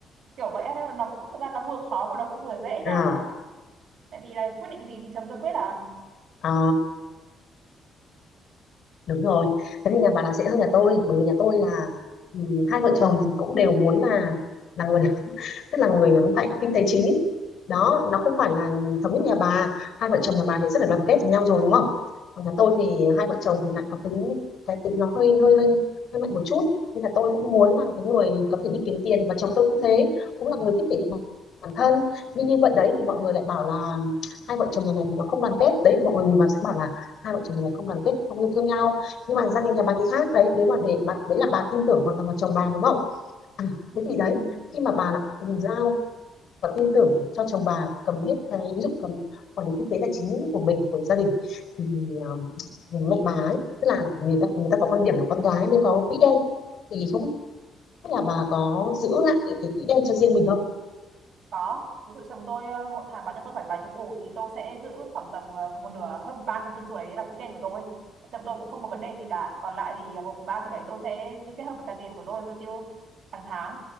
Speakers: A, on the right; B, on the left.
A: kiểu vậy á, nên là nó cũng thực ra nó vừa khó mà nó cũng vừa dễ nha
B: à,
A: tại vì là quyết định gì thì chấm rồi quyết à
B: à đúng rồi thế thì nhà bà là sẽ hơn nhà tôi bởi vì nhà tôi là ừ, hai vợ chồng thì cũng đều muốn là là người tức là người nắm tay kinh tế chính ý. đó nó không phải là thống nhất nhà bà hai vợ chồng nhà bà thì rất là đoàn kết với nhau rồi đúng không còn nhà tôi thì hai vợ chồng thì lại có tính cái tính nó hơi hơi hơi hơi mạnh một chút nên là tôi cũng muốn là cái người có thể đi kiếm tiền và chồng tôi cũng thế cũng là người thích thể hiện bản bản thân nhưng như vậy đấy thì mọi người lại bảo là hai vợ chồng nhà này thì nó không đoàn kết đấy mọi người nhìn vào sẽ bảo là hai vợ chồng nhà này không đoàn kết không yêu thương nhau nhưng mà gia đình nhà bà thì khác đấy nếu mà để bà đấy là bà tin tưởng hoàn toàn vào chồng bà đúng không
A: ừ.
B: thế thì đấy khi mà bà đã giao và tin tưởng cho chồng bà cầm hết cái ví dụ cầm quản lý kinh tế tài chính của mình của gia đình thì um, mẹ bà ấy tức là người ta người ta có quan điểm là con gái nên có quỹ đen thì không biết là bà có giữ lại cái quỹ đen cho riêng mình không
A: có ví dụ chồng tôi ờ, một tháng bán cho tôi phải vài chục củ thì tôi sẽ giữ khoảng tầm ờ, một nửa hơn 3 phần tư số đấy là quỹ đen của tôi chồng tôi cũng không có vấn đề gì cả còn lại thì ờ, một phần ba số đấy tôi sẽ kết hợp với cả tiền của tôi tôi tiêu hàng tháng